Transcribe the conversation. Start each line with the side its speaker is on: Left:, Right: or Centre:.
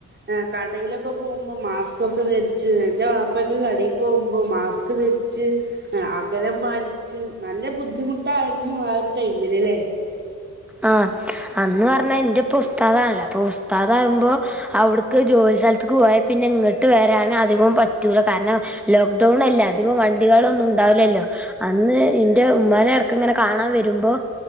Right: ആ കടയിലൊക്കെ പോകുമ്പോ മാസ് ക്കൊക്കെ ധരിച്ച് എന്റെ വാപ്പൊക്കെ കടേക്കോ കുമ്പോൾ മാസ്ക് ധരിച്ച് അകലം പാലിച്ച് നല്ല ബുദ്ധിമുട്ടായിരുന്നു ആ ഒരു ടൈമിൽല്ലേ
Centre: ആ അന്ന് വർഞ്ഞാ ന്റെ ഇപ്പ ഉ സ്താദാണ്ല്ലോ. അപ്പൊ ഉസ്താദാമ്പോ അവ്ടുക്ക് ജോലിസെൽത്ത്ക്ക് പോയാ പിന്നെ ങ്ങട്ട് വരാന് അധികോം പറ്റൂല. കാരണം ലോക്ക്ഡൌൺ അല്ലെ അധികൊം വണ്ടികളൊന്നും ണ്ടാവു ലല്ലോ. അന്ന് ഇന്റെ ഉമ്മാനെ ഇടക്ക്ങ്ങനെ കാണാ വരുമ്പോ